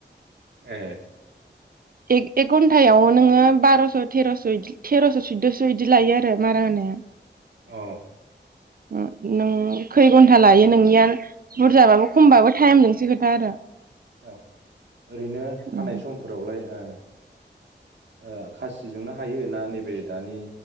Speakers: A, on the right; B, on the right.
A: ए
B: एक-एक घन्टायाव नोङो बारस' थेरस'- थेरस‌' सुदस' इदि लायो आरो मारा होनाया।
A: अ
B: उम नों खै घन्था लायो नोंनिया बुरजाबाबो खमबाबो थाइमजोंसो खोथा आरो
A: औ ओरैनो हानाय
B: उम,
A: समफोरावलाय ओ ओ खासिजोंनो हायो ना नैबे दानि